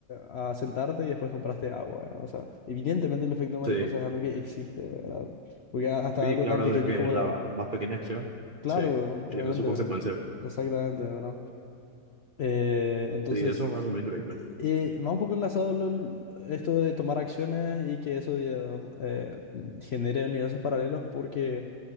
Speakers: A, on the left (about 70°); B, on the right (about 55°).
A: a, a sentarte y después compraste agua. O sea, evidentemente el efecto mariposa
B: sí,
A: es algo que existe, ¿verdad? Porque a- hasta
B: sí,
A: algo
B: claro,
A: tan pequeño
B: de que
A: como...
B: la
A: la-
B: más pequeña acción,
A: Claro,
B: sí,
A: obviamente,
B: tiene su consecuencia.
A: exactamente, ¿verdad? Eh, entonces...
B: Sí, eso va muy venir increíble.
A: Eh, va un poco enlazado lo- esto de tomar acciones y que eso ya, eh, genere universos paralelos porque